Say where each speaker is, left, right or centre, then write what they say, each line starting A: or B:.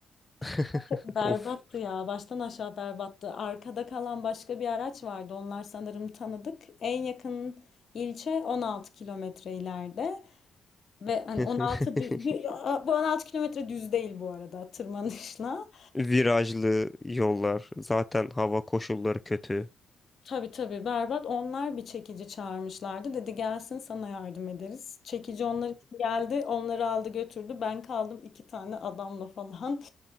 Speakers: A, on the left; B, on the left.
A: <laughs>
B: <laughs> Berbattı
A: Of.
B: ya baştan aşağı berbattı. Arkada kalan başka bir araç vardı. Onlar sanırım tanıdık. En yakın ilçe 16 kilometre ileride. Ve
A: <laughs>
B: hani 16 düz, bu 16 kilometre düz değil bu arada tırmanışla.
A: Virajlı yollar. Zaten hava koşulları kötü.
B: Tabii tabii berbat. Onlar bir çekici çağırmışlardı. Dedi gelsin sana yardım ederiz. Çekici onlar için geldi. Onları aldı götürdü. Ben kaldım iki tane adamla falan.